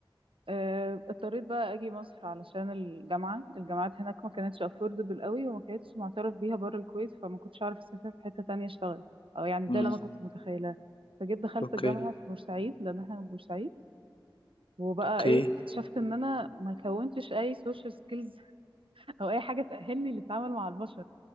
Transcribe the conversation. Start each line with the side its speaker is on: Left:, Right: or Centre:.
Right: آه، اضطريت بقى اجي مصر علشان الجامعه الجامعات هناك ما كانتش افوردبل قوي وما كانتش معترف بيها بره الكويت فما كنتش اعرف اسافر في حته تانية اشتغل او يعني
Left: مم.
Right: ده اللي انا كنت متخيلاه فجيت دخلت
Left: اوكي
Right: الجامعه في بورسعيد لان احنا من بورسعيد وبقى
Left: اوكي
Right: ايه اكتشفت ان انا ما كونتش اي سوشيال سكيلز <laughs> او اي حاجه تاهلني للتعامل مع البشر